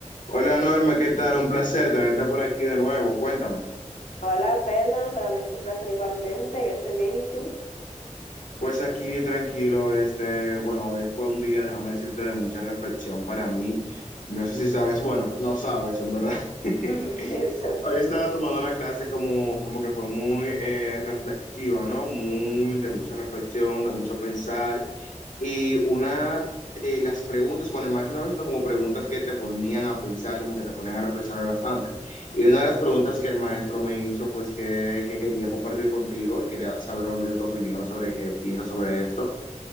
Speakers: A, on the left; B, on the left.
A: Hola Norma, ¿qué tal? Un placer tenerte por aquí de nuevo. Cuéntame.
B: Hola, perdón, para mí es un placer igualmente, que estoy bien, ¿y tú?
A: Pues aquí tranquilo, este, bueno, hoy fue un día, déjame decirte, de mucha reflexión para mí. No sé si sabes, bueno, no sabes, en verdad.
B: <laughs>
A: <laughs>
B: Exacto.
A: Hoy estaba tomando una clase como, como que fue muy eh, reflexiva, ¿no? Muy de mucha reflexión, de mucho pensar. Y una de las preguntas, bueno, el maestro estaba haciendo como preguntas que te ponían a pensar, como que te ponían a reflexionar bastante. Y una de las preguntas que el maestro me hizo, pues que, que quería compartir contigo y quería saber obviamente tu opinión sobre qué piensas sobre esto,